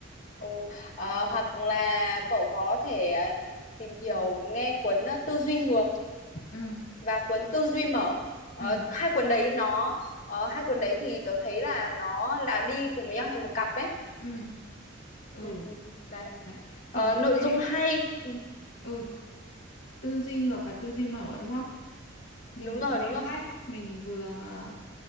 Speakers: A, on the left; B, on the left.
A: Ừ. Ờ, hoặc là cậu có thể ờ, tìm hiểu nghe cuốn ờ, Tư duy ngược
B: ừ
A: và cuốn Tư duy mở. Ờ,
B: ừ
A: hai cuốn đấy nó ờ, hai cuốn đấy thì tớ thấy là nó là đi cùng với nhau thành một cặp ấy.
B: ừ ừ
A: Ừ, ừ. Đấy.
B: đấy
A: Ờ,
B: thì mình
A: nội
B: sẽ
A: dung hay. Ừ,
B: ừ tư duy ngược và tư duy mở đúng không mình
A: đúng
B: vừa
A: rồi,
B: nghe
A: đúng rồi.
B: sách mình vừa ờ,